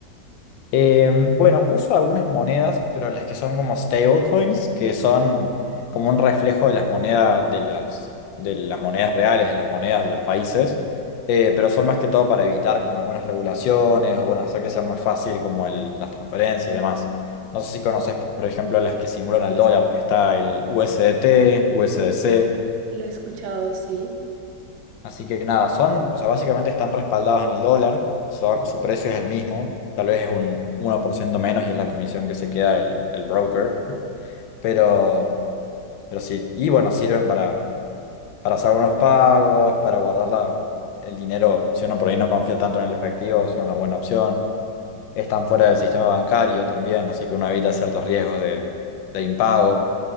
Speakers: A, on the left; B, on the right.
A: Em, bueno, uso algunas monedas, pero las que son como stablecoins, que son como un reflejo de las monedas de las, de las monedas reales, de las monedas de los países, eh, pero son más que todo para evitar como algunas regulaciones o bueno, hacer que sea más fácil como el- las transferencias y demás. No sé si conoces, por ejemplo, las que simulan al dólar. Está el USDT, USDC.
B: Lo he escuchado, sí.
A: Así que nada, son, o sea, básicamente están respaldados en el dólar, son, su precio es el mismo, tal vez es un uno por ciento menos y es la comisión que se queda el, el broker, pero, pero sí, y bueno, sirven para, para hacer unos pagos, para guardar la- el dinero, si uno por ahí no confía tanto en el efectivo, son una buena opción están fuera del sistema bancario también, así que uno evita ciertos riesgos de, de impago.